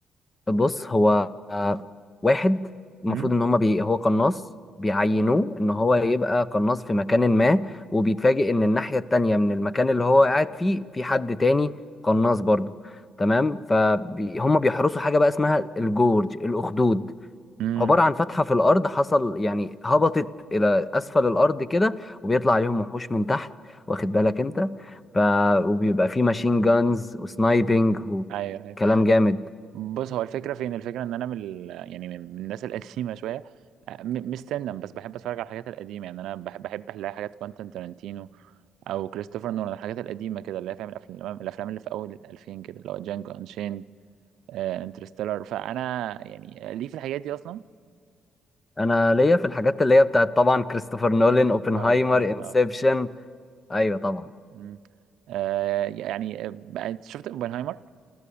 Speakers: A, on the left; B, on the right.
A: بص هو آه واحد المفروض
B: امم
A: ان هما بي هو قناص بيعينوه ان هو يبقى قناص في مكان ما وبيتفاجئ ان الناحيه التانية من المكان اللي هو قاعد فيه في حد تاني قناص برضه تمام فهم بيحرسوا حاجه بقى اسمها الجورج الاخدود
B: امم
A: عبارة عن فتحة في الأرض حصل يعني هبطت إلى أسفل الأرض كده وبيطلع عليهم وحوش من تحت واخد بالك أنت ف... وبيبقى فيه ماشين جانز وسنايبنج وكلام
B: ايوه ايوه
A: جامد
B: بص هو الفكره فين الفكره ان انا من ال... يعني من من الناس <laughs> القديمه شويه أه، م- مش سنا بس بحب اتفرج على الحاجات القديمه يعني انا بحب بحب الاقي حاجات كوانتين تارانتينو او كريستوفر نولان الحاجات القديمه كده اللي هي فاهم الافلام الافلام اللي في اول الألفين كده اللي هو جانجو انشين انترستيلر فانا يعني ليه في الحاجات دي اصلا
A: أنا ليا في الحاجات اللي هي بتاعت طبعا كريستوفر نولان أوبنهايمر
B: ما اه بالظبط
A: إنسبشن
B: اه
A: أيوة طبعا
B: مم. آه، يعني آه، انت شفت اوبنهايمر